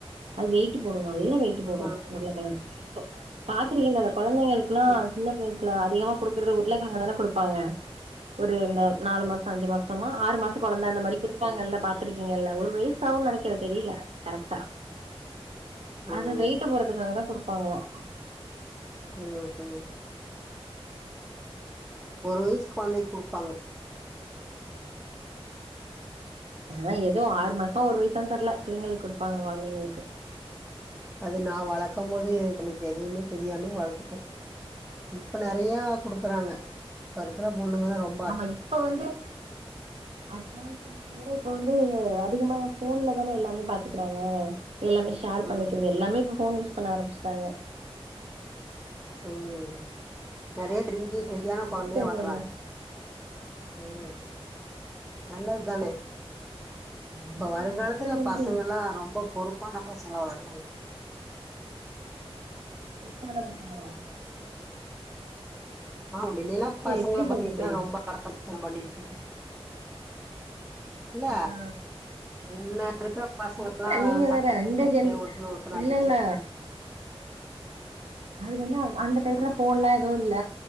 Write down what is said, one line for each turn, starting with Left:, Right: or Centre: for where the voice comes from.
Right: அது வெயிட்டு போடு நல்லா வெயிட்டு போடு
Centre: ம்
Right: உருளக்கிழங்கு பாத்திருக்கீங்கள கொழந்தைங்களுக் கிலா
Centre: ம்
Right: சின்ன வயசுல அதிகமா குடுக்கறது உருளக்கிழங்க தான குடுப்பாங்க ஒரு இந் நாலு மாச அஞ்சு மாச்தம ஆறு மாச கொழந்த அந்த மாரி குடுபாங்கள்ள பாத்துருக்கீங்கல்ல ஒரு வயசாவுன் நெனக்கிற தெரில கரெக்டா
Centre: ம்
Right: அத வெயிட்டு போறதுக்காக தா குடுப்பாங்களா
Centre: ம் ம் ஒரு வயசு கொழ்ந்தைக் குடுப்பாங்க
Right: அதா எதோ ஆறு மாசமா ஒரு வயசான் தெர்ல பிள்ளைங்களுக் குடுப்பாங்க கொழ்ந்தைங்களுக்கு
Centre: அது நா வளக்கம் போது எனக்கு எதுவுமே தெரியாமே வளத்துட்டே இப்ப நெறையா குடுக்குறாங்க இப்ப இருக்கிற பொண்ணுங்லா ரொம்
Right: ஆமா இப்ப வந்து ஆக்சுலா ஆனா இப்ப வந்து அதிகமா எ போன்ல தான எல்லாமே பாத்துக்கிறாங்க எல்லாமே ஷேர்
Centre: ம்
Right: பண்ணிக்கிறது எல்லாமே இப்ப போன் யூஸ் பண்ண ஆரம்பிச்டாங்க
Centre: ம் நறையா தெரிஞ்சி ஹெல்தியான
Right: அதனால
Centre: குழந்தையா
Right: இப்ப இங்க
Centre: வளகிறாங்க
Right: எல்லா
Centre: ம் நல்லத்தானே
Right: ஹெல்தி
Centre: இப்ப வருங்காலத்துல
Right: எங்க ஹெல்தி
Centre: பசங்கலா ரொம்ப பொறுப்பான பசங்கலா வளருவாங்க
Right: லவ் பண்ணாத பசங்கலா
Centre: ஆ மின்னேய்லா
Right: இங்க
Centre: பசங்கல
Right: எப்டி
Centre: பாத்தீங்கன்னா
Right: சொல்றது
Centre: ரொம்ப ஆடாவடிதன பண்ணிக்கிட்டு இல்ல
Right: ஆ
Centre: உன்னே இப்ப இருக்கிற பசங்கலா
Right: இல்ல நீங்க
Centre: சட்ட
Right: வேற
Centre: புடிக்க
Right: இந்த ஜென்
Centre: ஒருத்தர ஒருத்தர்
Right: இல்ல
Centre: அடிச்சி
Right: இல்ல அது வந்து அந்த டயத்துல போன்லா எதுவு இல்ல